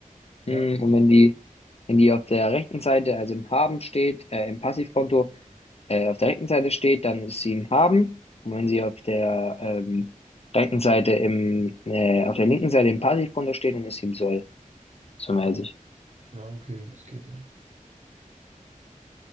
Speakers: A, on the right; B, on the left.
A: Ja.
B: Hm, und wenn die, wenn die auf der rechten Seite, also im Haben steht, äh, im Passivkonto, äh, auf der rechten Seite steht, dann ist sie im Haben. Und wenn sie auf der
A: Ja.
B: ähm, rechten Seite im, äh, auf der linken Seite im Passivkonto steht, dann ist sie im Soll, so mäßig.
A: Ja, okay, das geht ja.